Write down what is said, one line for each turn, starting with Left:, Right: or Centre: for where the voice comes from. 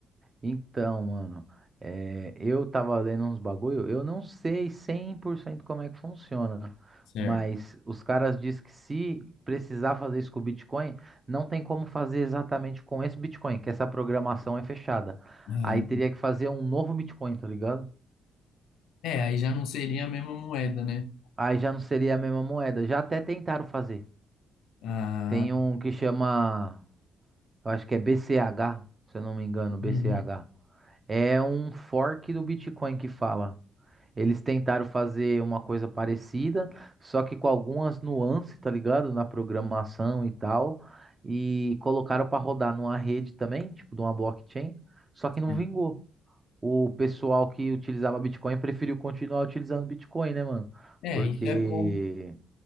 Right: Então, mano, eh, eu tava lendo uns bagulho, eu não sei 100% como é que funciona,
Left: Certo.
Right: mas os caras dizem que se precisar fazer isso com o Bitcoin, não tem como fazer exatamente com esse Bitcoin, que essa programação é fechada.
Left: Ah,
Right: Aí teria que fazer um novo Bitcoin, tá ligado?
Left: é, aí já não seria a mesma moeda, né?
Right: Aí já não seria a mesma moeda. Já até tentaram fazer.
Left: Ah,
Right: Tem um que chama, eu acho que é BCH, se eu não me engano, BCH.
Left: uhum,
Right: É um fork do Bitcoin que fala. Eles tentaram fazer uma coisa parecida, só que com algumas nuances, tá ligado? Na programação e tal. E colocaram para rodar numa rede também, tipo de uma blockchain, só que não
Left: certo.
Right: vingou. O pessoal que utilizava Bitcoin preferiu continuar utilizando Bitcoin, né, mano?
Left: É,
Right: Porque
Left: isso é bom,